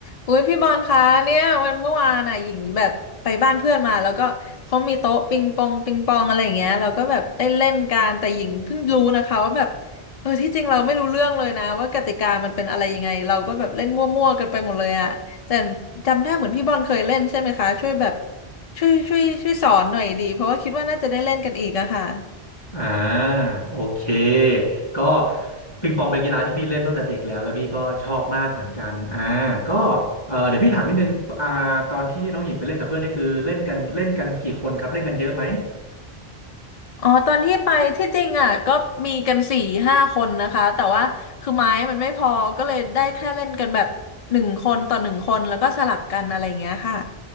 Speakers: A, on the left; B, on the left.
A: อุ้ยพี่บอลคะเนี่ยวันเมื่อวานอ่ะหญิงแบบไปบ้านเพื่อนมาแล้วก็เขามีโต๊ะปิงปองปิงปองอะไรอย่างเงี้ยเราก็แบบได้เล่นกันแต่หญิงเพิ่งรู้นะคะว่าแบบเออที่จริงเราไม่รู้เรื่องเลยนะว่ากติกามันเป็นอะไรยังไงเราก็แบบเล่นมั่วๆกันไปหมดเลยอ่ะแต่จำได้เหมือนพี่บอลเคยเล่นใช่ไหมคะช่วยแบบช่วยช่วยช่วยสอนหน่อยดีเพราะว่าคิดว่าน่าจะได้เล่นกันอีกอะค่ะ
B: อ่าโอเคก็ปิงปองเป็นกีฬาที่พี่เล่นตั้งแต่เด็กแล้วแล้วพี่ก็ชอบมากเหมือนกันอ่าก็เออเดี๋ยวพี่ถามนิดนึงอ่าตอนที่น้องหญิงไปเล่นกับเพื่อนนี่คือเล่นกันเล่นกันกี่คนครับเล่นกันเยอะไหม
A: อ๋อตอนที่ไปที่จริงอ่ะก็มีกันสี่ห้าคนนะคะแต่ว่าคือไม้มันไม่พอก็เลยได้แค่เล่นกันแบบหนึ่งคนต่อหนึ่งคนแล้วก็สลับกันอะไรอย่างเงี้ยค่ะ